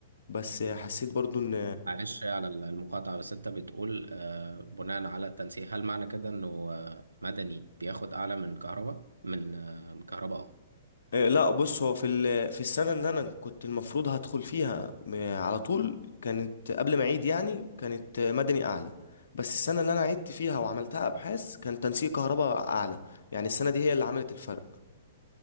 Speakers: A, on the left; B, on the right.
A: بس حسيت برضو ان
B: معلش على المقاطعة بس أنت بتقول آه، بناء على التنسيق هل معنى كده إنه آه، مدني بياخد أعلى من كهرباء من آه، من كهرباء
A: إيه، لا بص هو في ال... في السنه اللي انا كنت المفروض هدخل فيها م- على طول كانت قبل ما اعيد يعني كانت مدني اعلى بس السنه اللي انا عدت فيها وعملتها ابحاث كان تنسيق كهرباء اعلى يعني السنه دي هي اللي عملت الفرق